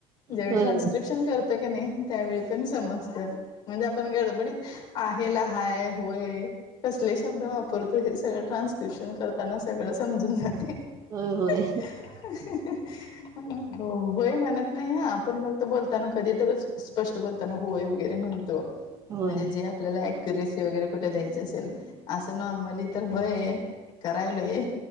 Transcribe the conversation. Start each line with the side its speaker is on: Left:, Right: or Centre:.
Left: ज्यावेळी
Right: होय
Left: ट्रान्स्क्रिप्शन करतऽ की नाही त्यावेळी पण समजतय, म्हणजे आपण गडबडीतऽ आहे ला हाय, होय कसलेश शब्द वापरतो हे सगळ ट्रांस्क्रिप्शन करताना सगळं समजून जातय.
Right: होय
Left: <unintelligible> ह हो होय म्हणत नाही हा, आपण फक्त बोलताना कधी तरचऽ स्पष्ट बोलताना होय वगैरे म्हणतो.
Right: होय होय.
Left: म्हणजे जे आपल्याला अ्युरेसी वगैरे कुठे द्यायच असेल, असं नॉर्मलीऽ तर होय, करायलोय